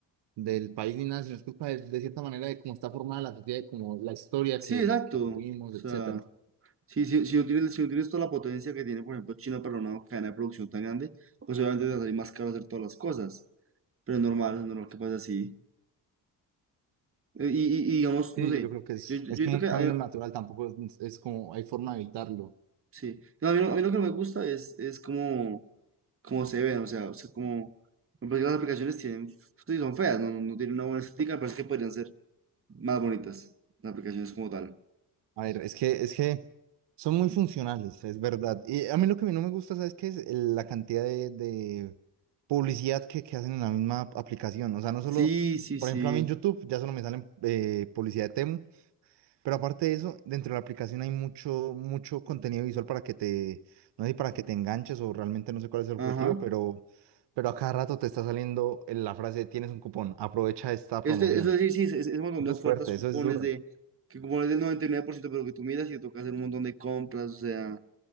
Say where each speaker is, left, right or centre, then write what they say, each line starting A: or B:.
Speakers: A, on the right; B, on the right.
A: del país ni nada, sino es culpa de, de cierta manera de cómo está formada la sociedad, de cómo la historia
B: Sí,
A: que,
B: exacto.
A: que tuvimos,
B: O sea,
A: etcétera.
B: sí, sí, si no tienes, si no tienes toda la potencia que tiene, por ejemplo, China para una cadena de producción tan grande, pues obviamente te va a salir más caro hacer todas las cosas. Pero es normal, es normal que pase así. Eh, Y, y, y digamos,
A: Sí,
B: no sé,
A: yo creo que es,
B: yo, yo,
A: es
B: yo
A: como
B: creo
A: un
B: que,
A: camino
B: hay-
A: natural, tampoco es, es como hay forma de evitarlo.
B: sí. No, a mí, lo- a mí lo que no me gusta es, es como... como se ven, o sea, o sea, como, porque las aplicaciones tienen, sí, son feas, no, no no tienen una buena estética, pero es que podrían ser más bonitas las aplicaciones como tal.
A: A ver, es que, es que son muy funcionales, es verdad. Y a mí lo que a mí no me gusta, ¿sabes qué? Es El- la cantidad de, de publicidad que, que hacen en la misma aplicación. O sea, no
B: Sí,
A: solo,
B: sí,
A: por
B: sí,
A: ejemplo, a mí en YouTube ya solo me salen eh, publicidad de Temu, pero aparte de eso, dentro de la aplicación hay mucho, mucho contenido visual para que te, no sé, para que te enganches o realmente no sé cuál es el
B: ajá.
A: objetivo, pero, pero a cada rato te está saliendo la frase, tienes un cupón, aprovecha esta
B: Es,
A: promoción.
B: de- es decir, sí, es, es un montón
A: Eso
B: de ofertas,
A: es fuerte,
B: cupones
A: eso es duro.
B: de, que cupones del 99%, pero que tú miras y te toca hacer un montón de compras, o sea,